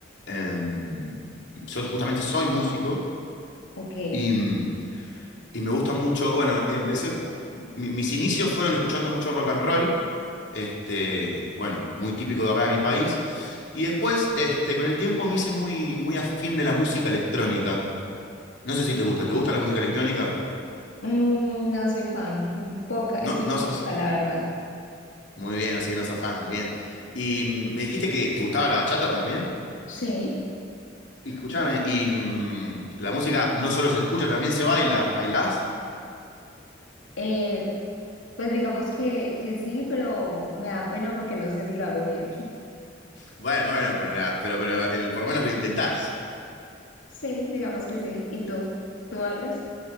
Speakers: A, on the left; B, on the left.
A: em, yo justamente soy músico
B: Ok,
A: y, mm, y me gusta mucho. Bueno, empecé. mi- mis inicios fueron escuchando mucho rock and roll. Este, bueno, muy típico de acá de mi país. Y después, este, con el tiempo me hice muy, muy afín de la música electrónica. No sé si te gusta. ¿Te gusta la música electrónica?
B: Mm, no soy fan, poca, escucho
A: No, no sos
B: poca, la verdad.
A: Muy bien, así que no sos fan, bien. Y mm, me dijiste que te gustaba la bachata también.
B: Sí.
A: Y escúchame, y mm, la música no solo se escucha, también se baila. ¿Bailás?
B: Eh, pues digamos que, que sí, pero me da pena porque no sé si lo hago bien. <laughs>
A: Bueno, bueno, pero, la- pero, pero el, por lo menos lo intentás.
B: Sí, digamos que sí. ¿Y tú? ¿Tú bailas?